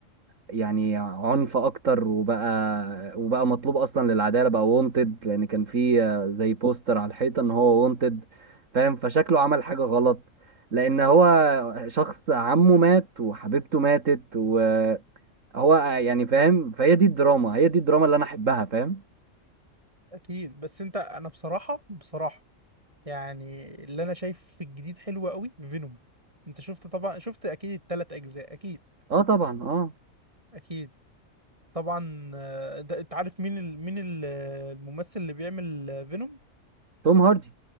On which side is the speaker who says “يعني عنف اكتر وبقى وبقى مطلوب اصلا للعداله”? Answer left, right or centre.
Right